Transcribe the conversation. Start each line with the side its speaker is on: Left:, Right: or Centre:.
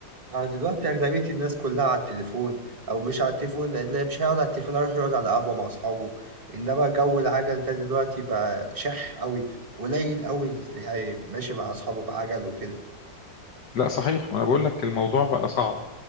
Right: أنا دلوقتي أغلبية الناس كلها على التليفون أو مش على التليفون اللي مش هيقعد على التليفون يروح يقعد على قهوة مع أصحابه إنما جو العجل ده دلوقتي بقى شح أوي قليل أوي اللي تلاقيه ماشي مع أصحابه بعجل وكده
Left: لا صحيح ما انا بقول لك الموضوع بقى صعب